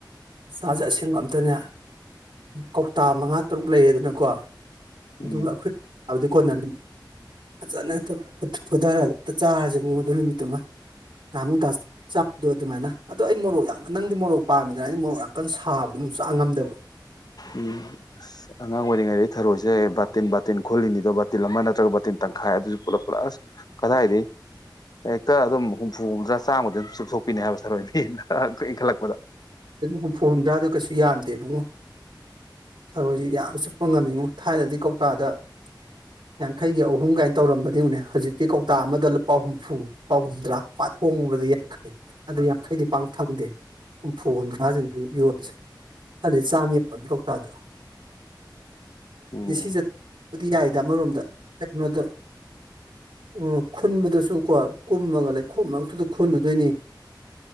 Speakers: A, on the right; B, on the left.
A: ꯆꯥꯁꯦ ꯑꯁꯦꯡꯕ ꯑꯝꯇꯅꯦ ꯀꯧꯇꯥ ꯃꯉꯥ ꯇꯔꯨꯛ ꯂꯩꯌꯦꯦꯗꯅꯀꯣ ꯑꯗꯨꯒ
B: ꯎꯝ
A: ꯑꯩꯈꯣꯏꯗꯤ ꯀꯣꯟꯅꯅꯤ ꯐꯖꯅ ꯍꯦꯛꯇ ꯐꯣꯊꯔꯒ ꯆꯥꯔꯁꯤꯕꯨꯡ ꯑꯗꯨ ꯅꯨꯃꯤꯠꯇꯨꯃ ꯉꯃꯨ ꯇ ꯆꯗ ꯑꯗꯨꯃꯥꯏꯅ ꯑꯗꯣ ꯑꯩ ꯃꯣꯔꯣꯛ ꯌꯥꯝ ꯅꯪꯗꯤ ꯃꯣꯔꯣꯛ ꯄꯥꯃꯤꯅ ꯑꯩꯩꯅ ꯃꯣꯔꯣꯛ ꯌꯥꯝ ꯀꯀ ꯁꯥꯕꯗꯣ ꯑꯗꯨꯝꯛꯥꯛ ꯉꯝꯗꯕ
B: ꯎꯝ ꯑꯁ ꯑꯉꯥꯡ ꯑꯣꯏꯔꯤꯉꯩꯗ ꯊꯔꯣꯏꯁꯦ ꯕꯥꯇꯤꯟ ꯕꯥꯇꯤꯟꯜꯣꯜꯂꯤꯅꯤꯗꯣ ꯕꯥꯇꯤꯟ ꯑꯃ ꯅꯠꯇ꯭ꯔꯒ ꯕꯥꯇꯤꯟ ꯇꯪꯈꯥꯏ ꯑꯗꯨꯁꯨ ꯄꯨꯂꯞ ꯄꯨꯂꯁ ꯀꯗꯥꯏꯗꯒꯤ ꯍꯦꯛꯇ ꯑꯗꯨꯝ ꯍꯨꯝꯐꯨ ꯍꯨꯝꯗ꯭ꯔꯥ ꯆꯥꯝꯃꯗ ꯑꯗꯨꯝ ꯆꯨꯞꯊꯣꯛꯄꯤꯅꯤ ꯍꯥꯏꯕ ꯁꯥꯔꯣꯏ ꯃꯤꯅ ꯏꯟꯈꯠꯂꯛꯄꯗ
A: ꯍꯨꯝꯐꯨ ꯍꯨꯝꯗ꯭ꯔꯥꯗꯣ ꯀꯩꯁꯨ ꯌꯥꯝꯗꯦꯕꯨꯡꯉꯣ ꯊꯔꯣꯏꯁꯤ ꯌꯥꯝ ꯆꯨꯞꯄ ꯉꯝꯃꯤꯉꯣ ꯊꯥꯏꯅꯗꯤ ꯀꯧꯇꯥꯗ ꯌꯥꯡꯈꯩꯒꯤ ꯑꯍꯨꯝ ꯀꯥꯏꯅ ꯇꯧꯔꯝꯕꯅꯤꯅꯦ ꯍꯧꯖꯤꯛꯇꯤ ꯀꯧꯇꯥ ꯑꯃꯗ ꯂꯨꯄꯥ ꯍꯨꯝꯐꯨ ꯂꯨꯄꯥ ꯍꯨꯝꯗ꯭ꯔꯥ ꯈ꯭ꯋꯥꯏ ꯍꯣꯡꯉꯨꯕꯗꯤ ꯌꯥꯡꯈꯩ ꯑꯗꯨ ꯌꯥꯡꯈꯩꯗꯤ ꯄꯥꯡ ꯊꯪꯗꯦ ꯐꯨ ꯍꯨꯝꯗꯉꯥꯁꯤꯅ ꯍꯧꯖꯤꯛ ꯌꯣꯜꯂꯤꯁꯦ ꯈꯂ ꯆꯥꯝꯃ ꯌꯧꯅꯤ ꯀꯧꯇꯥꯗꯣ
B: ꯎꯝ
A: ꯁꯤ ꯌꯥꯏ ꯑꯃꯔꯣꯝꯗ ꯀꯩꯅꯣꯗ ꯎ ꯈꯨꯟꯕꯗꯁꯨ ꯀꯣ ꯀꯨꯝꯃꯒ ꯂꯩꯈꯣꯝ ꯃꯔꯛꯇꯨꯗ ꯈꯣꯂꯨꯗꯣꯏꯅꯤ